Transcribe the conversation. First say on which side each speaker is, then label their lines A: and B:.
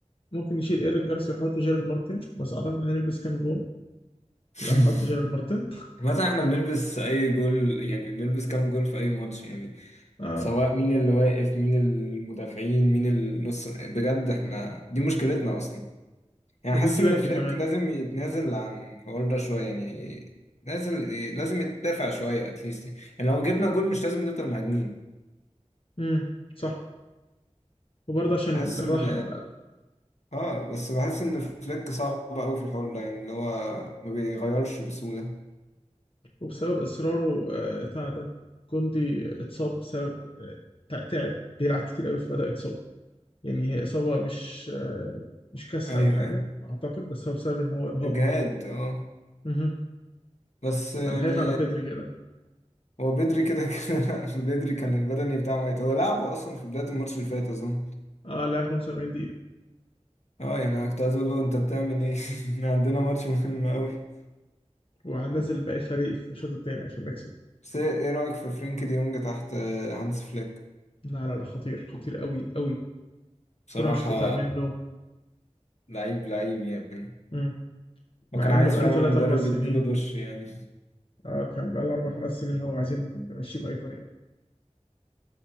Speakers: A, on the left; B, on the left.
A: ممكن يشيل إيريك جارسيا ويحط جيرارد مارتن بس أعتقد هنلبس كام جون
B: <laughs>
A: لو حط جيرارد مارتن
B: مثلا احنا بنلبس اي جول يعني بنلبس كام جول في اي ماتش يعني
A: اه
B: سواء مين اللي واقف مين المدافعين مين النص بجد احنا دي مشكلتنا اصلا يعني
A: وبيجي
B: حاسس ان
A: بدري
B: فليك
A: كمان
B: لازم يتنازل عن الحوار ده شويه يعني نازل لازم يدافع شويه اتليست يعني لو جبنا جول مش لازم نفضل مهاجمين
A: امم صح وبرضه عشان
B: بحس
A: الراحة
B: ان
A: يا معلم
B: اه بس بحس ان فليك صعب قوي في الحوار ده يعني اللي هو ما بيغيرش بسهوله
A: وبسبب إصراره آه، بتاع ده كوندي اتصاب بسبب آه، تع- تعب بيلعب كتير قوي فبدأ يتصاب يعني هي إصابة مش آه، مش كسر
B: ايوه
A: أو حاجة
B: ايوه
A: أعتقد بس هو بسبب إن هو إرهاق
B: اجهاد اه
A: مهم.
B: بس يعني
A: فأنا خايف على بيدري كده
B: هو بدري كده كده <laughs> بدري كان البدني بتاعه ميت هو لعبه اصلا في بداية الماتش اللي فات اظن
A: اه لعب 45 دقيقة
B: اه يعني انا كنت عايز اقول له انت بتعمل ايه <laughs> إحنا عندنا ماتش مهم قوي
A: وهنزل باقي الفريق في الشوط التاني عشان نكسب
B: بس ايه إيه رأيك في فرينك دي يونج تحت آه، هانس فليك
A: لا لا لا خطير خطير قوي قوي الكرة
B: بصراحة
A: مش هتقطع منه
B: لعيب لعيب يعني
A: مم. مع
B: وكان عايز
A: إنه بقاله
B: فعلا
A: 3
B: مدرب
A: 4 سنين
B: يديله دش يعني
A: آه كان بقاله أربع خمس سنين هو عايزين نمشيه بأي طريقة